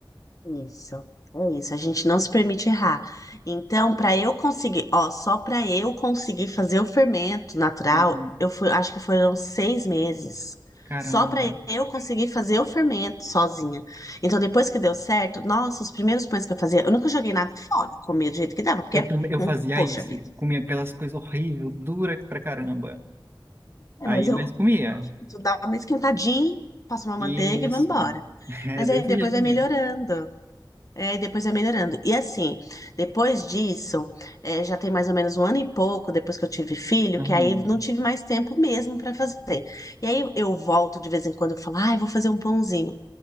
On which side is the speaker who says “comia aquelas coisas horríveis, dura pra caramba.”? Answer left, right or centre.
Right